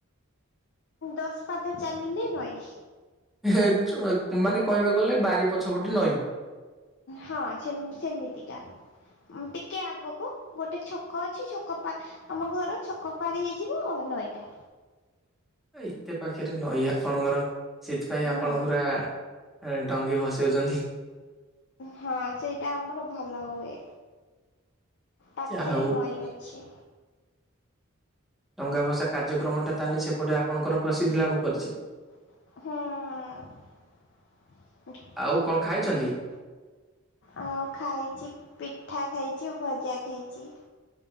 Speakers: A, on the left; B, in the centre.
A: ଦଶ ପାଦ ଚାଲିଲେ ନଈ।
B: ହେ ମାନେ କହିବାକୁ ଗଲେ ବାରି ପଛପଟେ ନଈ।
A: ହଁ ସେମି ସେମିତିକା ଟିକେ ଆଗକୁ ଗୋଟେ ଛକ ଅଛି ଛକ ପା ଆମ ଘର ଛକ ପାର ହେଇଯିବ ନଈଟା।
B: ଏତେ ପାଖରେ ନଈ ଆପଣଙ୍କର। ସେଥିପାଇଁ
A: ହୁଁ
B: ଆପଣ ପୁରା ଏ ଡଙ୍ଗି ଭସଉଚନ୍ତି।
A: ହଁ ସେଇଟା ଆମର ଭଲ ହୁଏ। ପାଖେରେ
B: ଯାହା ହଉ
A: ନଈ ଅଛି।
B: ଡଙ୍ଗା ଭସା କା ର୍ଯ୍ୟକ୍ରମଟା ତାହେଲେ ସେପଟେ ଆପଣଙ୍କର ପ୍ରସିଦ୍ଧି ଲାଭ କରିଚି।
A: ହଁ।
B: ଆଉ କଣ ଖାଇଛନ୍ତି
A: ଆଉ ଖାଇଛି ପିଠା ଖାଇଛି ଭଜା ଖାଇଛି।